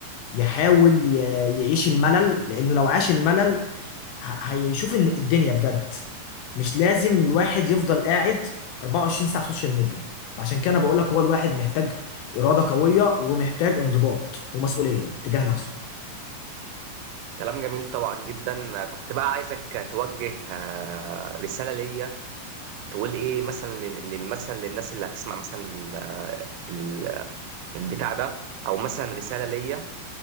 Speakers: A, on the left (about 85°); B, on the right (about 90°).
A: يحاول ي- يعيش الملل لانه لو عاش الملل ه- هيشوف ان الدنيا بجد مش لازم الواحد يفضل قاعد 24 ساعة سوشيال ميديا فعشان كده انا بقول لك هو الواحد محتاج إرادة قوية ومحتاج انضباط ومسؤولية تجاه نفسه
B: كلام جميل طبعا جدا كنت بقى عايزك توجه آه، رسالة ليا تقول ايه مثلا لل- للمثل للناس اللي هتسمع مثلا ال- ال- البتاع ده او مثلا رسالة ليا